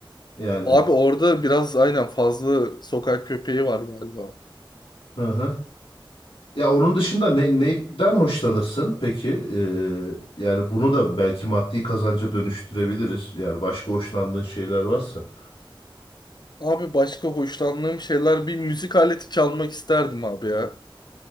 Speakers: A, on the left; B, on the left.
A: Yani
B: Abi orada biraz aynen fazla sokak köpeği var galiba.
A: hı hı. Ya onun dışında ne, neyden hoşlanırsın peki? Ee, yani bunu da belki maddi kazanca dönüştürebiliriz. Yani başka hoşlandığın şeyler varsa.
B: Abi başka hoşlandığım şeyler bir müzik aleti çalmak isterdim abi ya.